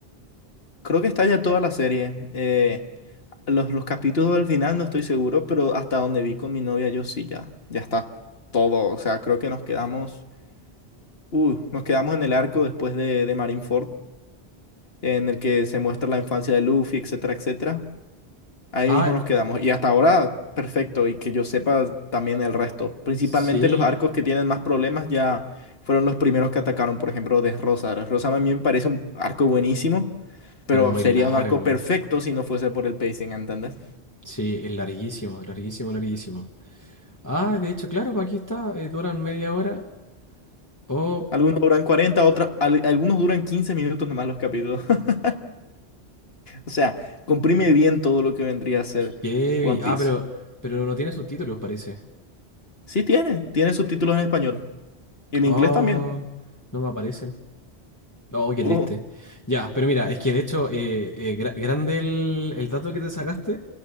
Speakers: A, on the left (about 70°); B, on the left (about 15°).
A: Creo que está ya toda la serie. Eh, los, los capítulos del final no estoy seguro, pero hasta donde vi con mi novia yo sí, ya, ya está todo. O sea, creo que nos quedamos, uh, nos quedamos en el arco después de, de Marineford, en el que se muestra la infancia de Luffy, etcétera, etcétera. Ahí
B: Ah,
A: mismo nos quedamos. Y hasta ahora, perfecto. Y que yo sepa también el resto. Principalmente
B: sí,
A: los arcos que tienen más problemas ya fueron los primeros que atacaron. Por ejemplo, Desrosa. Rosa. a mí me parece un arco buenísimo, pero
B: pero muy
A: sería
B: largo.
A: un arco perfecto si no fuese por el pacing, ¿entendés?
B: Sí, es larguísimo, larguísimo, larguísimo. Ah, de hecho, claro, pues aquí está, eh, duran media hora. Oh,
A: Algunos duran 40, otra- al- algunos duran 15 minutos nomás los capítulos. <laughs> O sea, comprime bien todo lo que vendría a ser
B: heavy.
A: One
B: Ah,
A: Piece.
B: pero, pero no tiene subtítulos, parece.
A: Sí tiene, tiene subtítulos en español. Y en
B: Oh,
A: inglés también.
B: no me aparecen. Oh, qué
A: Uh,
B: triste. Ya, pero mira, es que de hecho, eh, eh, gra- grande el, el dato que te sacaste,